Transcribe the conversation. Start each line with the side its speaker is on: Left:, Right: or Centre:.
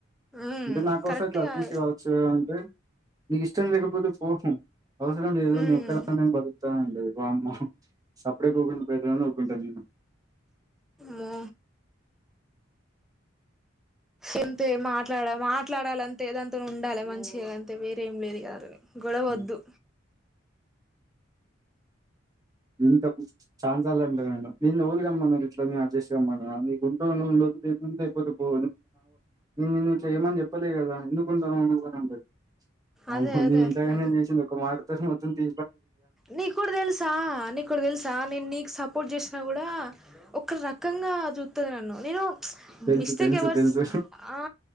Centre: మ్మ్
Right: అంటే నా కోసం
Centre: కరెక్ట్
Right: ఇట్లా అడ్జెస్ట్
Centre: కాదు
Right: కావచ్చు అంటే నీకు ఇష్టం లేకపోతే పోహం అవసరం లేదు
Centre: మ్మ్
Right: నే ఒక్కద నే బ ా అండి బ అమ్మ సప్పడే ఒకుం పెట్టని ఒఊక్కుంటాను నేను
Centre: మో ఎంత మాట్లాడ మాట్లాడాలంటే ఏదాంత ఉండాలి మంచిగా అంతే వేరే ఏం లేదు కదాని గొడవద్దు
Right: ఉమ్. ఇంత ఛాన్స్ అలాంటడి నేనుోలుగామ్మన్నా ఇట్లా న అడ్జెస్ట్గామ్మ నీ గుంటూ ఉ అయిపోదు పో నిన్ను చేయమని చెప్పలే కదా ఎందుకుంటాను అకోది పమ్మంది
Centre: అదే అదే
Right: నేను ఇంతగానే
Centre: అట్లనే
Right: చేసింది ఒక మాటత మొత్తం తీ
Centre: నీ కుడద ఎల్సా అన్నక్కడ తెలుసా నేను నీకు సపోర్ట్ చేసినా కూడా ఒక రకంగా చూస్తుంది నన్ను నేను
Right: తెలుసు
Centre: మిస్తేక్
Right: తెలుసు
Centre: ఎవరు
Right: తెలుసు
Centre: ఆ